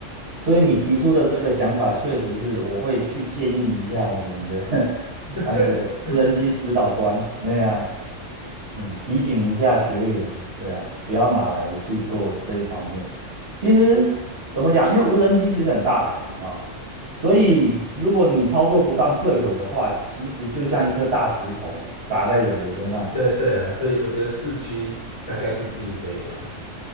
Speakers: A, on the right; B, on the left.
A: 所以你提出的这个想法，确实是我会去建议一下我们的 <laughs>
B: <laughs>
A: 那个无人机指导官，对啊，嗯，提醒一下学员，对啊，不要拿来去做这一方面。其实怎么讲，因为无人机其实很大台，你知道吗？所以如果你操作不当坠毁的话，其实就像一颗大石头砸在人的身上一样，
B: 对对啊，所以我觉得市区大概是禁飞吧。